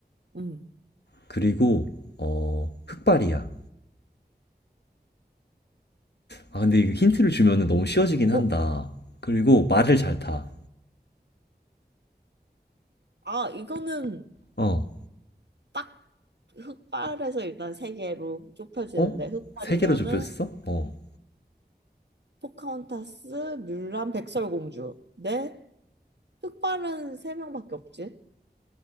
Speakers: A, on the right; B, on the left.
A: 응.
B: 그리고 어 흑발이야. 아 근데 이거 힌트를 주면은 너무 쉬워지긴 한다.
A: 어,
B: 그리고 말을 잘 타.
A: 아, 이거는
B: 어.
A: 딱 흑발에서 일단 세 개로 좁혀지는데,
B: 어?
A: 흑발이면은
B: 세 개로 좁혀졌어? 어.
A: 포카혼타스, 뮬란, 백설공주. 네? 흑발은 세 명밖에 없지.